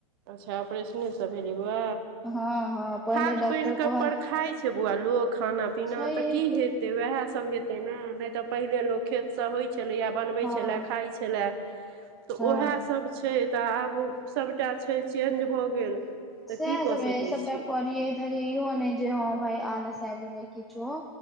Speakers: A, on the right; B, in the centre.
A: अच्छा ऑपरेशने सब भेल ह
B: हँ हँ पहिले
A: खाद
B: डॉक्टर
A: पानि क
B: कहल
A: पर खााय छै बौआ लोग खाना पीना
B: छै हे
A: तऽ की
B: कि
A: हेतै वएह सभ हेतै ने नहि तऽ पहिनेे लोक खेतसँ होइत छलैए बनबैत
B: हँ
A: छलय खाइत छलय तऽ
B: हँ
A: उएहसभ छै तऽ आब सभटा छै चेंज भऽ गेल तऽ
B: सयह
A: की
B: समय
A: कऽ सकैत
B: सबटा
A: छियै
B: करियइ धरियइ इहो नहि जे हँ भइ आलस आइब गेलै किछो